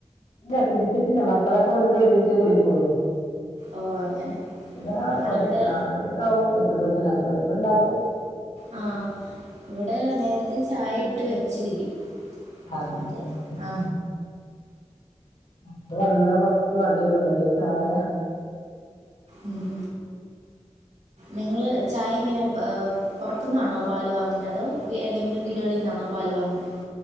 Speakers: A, on the left; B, on the right.
A: ഇല്ല കുടിച്ചിട്ടില്ല മക്കളൊക്കെ വന്നിട്ട് ഒരുമിച്ച് കുടി കൊള്ളൂ
B: ഓ അങ്ങനെ
A: ഇതാ
B: നമ്മളിവിടെ
A: കൊറച് നാലരക്കആവും എത്തുമ്പത്തിന് അപ്പയേക്ക്‌ ഇണ്ടാക്കും
B: ആ ഇവിടെ നേരത്തെ ചായ ഇട്ട് വെച്ചിരിക്കും
A: ആഹ്
B: എന്നിട്ട്
A: അത്
B: ആ
A: ശരി അത് വന്ന ഫസ്റ്റ് വേണ്ടിവരൂലോല്ലേ ചായ
B: ഉം നിങ്ങള് ചായ എങ്ങനെ <unintelligible> പൊറത്തു നിന്നാണോ പാല് വാങ്ങുന്നെ അതോ ഏതെങ്കിലും വീടുകളിൽ നിന്നാണോ പാല് വാങ്ങുന്നെ